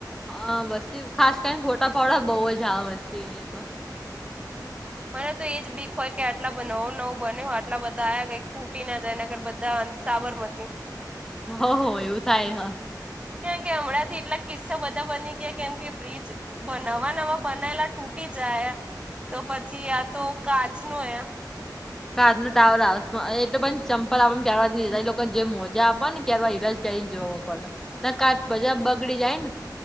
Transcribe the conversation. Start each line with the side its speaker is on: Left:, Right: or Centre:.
Centre: હ વસ્તી ખાસ કરીને ફોટા ફાડ બહુ જ આવે વસ્તી અયા તો
Right: મને તો એજ બીક હોય કે આટલા નવું નવું બન આટલા બધા આ્યા કઈક તૂટી ના જાય નકર બધા સાબરમતી
Centre: હ હો એવું થાય હા
Right: કેમ કે હમણાં થી એટલા કિસ્સા બધા બની ગયા કેમ કે, બ્રિજ નવા નવા બનાયલા તૂટી જાય તો પછી આ તો કાચ ન એ
Centre: કાચ નો ટાવર હાઉ એટલે પણ ચંપલ આપ પ્યારવા લોકોને જેમ મોજા આપો ને પ્યારવા હીરાજ ઈ જોવો પડે ના કાચ પ બગડી જાય ને